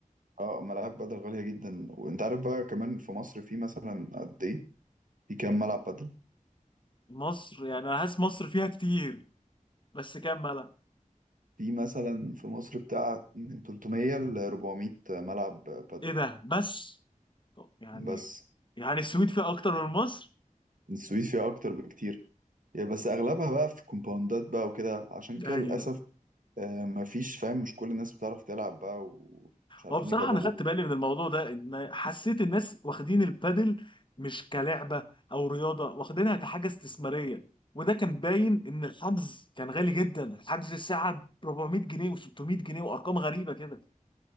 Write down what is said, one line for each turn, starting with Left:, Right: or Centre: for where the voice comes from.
Right: اه ملاعب بدل غالية جدا وأنت عارف بقى كمان في مصر في مثلا قد إيه؟ في كام ملعب بدل؟
Left: مصر يعني انا حاسس مصر فيها كتير بس كام بلد
Right: في مثلا في مصر بتاع من 300 ل 400 ملعب بدل
Left: ايه ده بس طب يعني
Right: بس
Left: يعني السويد فيها اكتر من مصر
Right: السويد فيها أكتر بكتير يعني بس أغلبها بقى في كومباوندات بقى وكده عشان كده
Left: ايوه
Right: للأسف آه، مفيش فاهم مش كل الناس بتعرف تلعب بقى ومش عارفين
Left: هو بصراحه
Right: يجربوها
Left: انا خدت بالي من الموضوع ده ان حسيت الناس واخدين البادل مش كلعبه او رياضه واخدينها كحاجه استثماريه وده كان باين ان الحجز كان غالي جدا الحجز الساعه ب 400 جنيه و600 جنيه وارقام غريبه كده